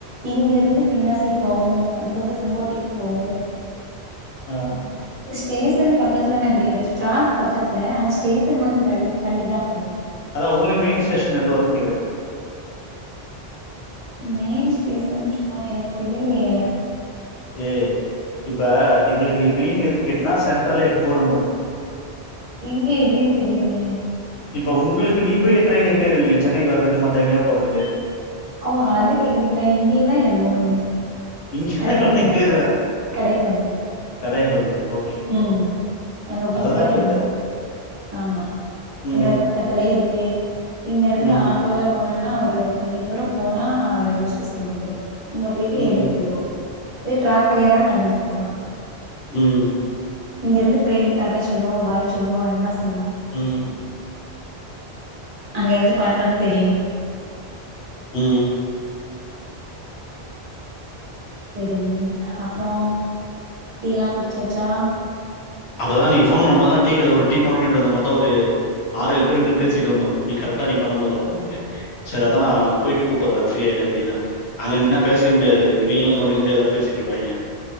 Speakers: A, on the right; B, on the left.
A: இங்க இருந்து தெங்காசி போவோம் அதுக்கப்புறம் செங்கோட்டைக்கு போவும்
B: ஆஹ்
A: டேஷன் பக்கத்துல னா எப்படி இது ஸ்ட்ராக் பக்கத்துல ஆனா ஸ்டேஷன் வந்து தள்ளி தள்ளி தான் போணும்
B: அதான் உங்களது மெய்ன் ஸ்டேஷன் எது வரும் கேக்குறேன்
A: மெயின் ஸ்டேசன் சொன்னா எனக்கு தெரியலையே
B: ஏய் இப்ப எங்களுக்கு மெயின் எதுன்னு கேட்டீன்னா சென்ட்ரலு எக்மோருன்னு வோம்
A: இங்க எப்டின்னு தெரியலேயே
B: இப்ப உங்களுக்கு நீ போய் ட்ரெயின் எங்க ஏறுவீங்க சென்னைக்கு வர்றதுக்கு மத்த எங்கேயாவது போறதுக்கு
A: ஓ அத கேக்குறீங்களா இங்கேயதான் ஏறுவோம் எங்
B: இங்க
A: கடைநல்லூர்
B: எங்க ஏறுவ
A: கடைநல்லூர்
B: கடையநல்லூர் ஓகே
A: உம் அங்க போயிட்டுதான்
B: அததான் கேக்குறேன்
A: ஏறுவோம் ஆமா
B: ம்
A: எங்களுக்கு பக்கத்திலயே இருக்கு இங்க இருந்து
B: ம்
A: ஆட்டோல போனோ போனா ஒரு கொஞ்சம் தூரம் போனா ஒரு ரயில்வே ஸ்டேஷன் வந்துறும் அங்க போயிட்டு
B: ம்
A: ஏறிட்டு போயிருவோம் இது டிராக் வழியான நடந்து போகலாம்
B: உம்
A: இங்க இருந்து ட்ரெயினுக்கு தாட்டா செல்லுவோ பாய் சொல்லுவோ எல்லா சொல்லுவோ
B: உம்
A: அங்க இருந்து பாத்தாலு தெரியு
B: உம்
A: செரி அப்புறம் டீ எல்லா குடிச்சாச்சா
B: அப்பதா நீ போன் பண்ணும்போதுதா டீ கடைல ஒரு டீ போடுனு நின்னுட்டு இருக்கும்போதுதா ஒரு ஆறு ஏழு பேர் இருந்து பேசிட்டு இருந்தோ நீ கரெக்டா நீ பண்ணும்போது அப்பறோ உனக்கு செரி அதா நா போயிட்டு கூப்பிடற ப்ரீ ஆயிட்டு அப்படின்னா அங்க நின்னா பேசவே முடியாது இவங்களு நோன்டி நோன்டி எதா பேசிட்டு இருப்பாங்க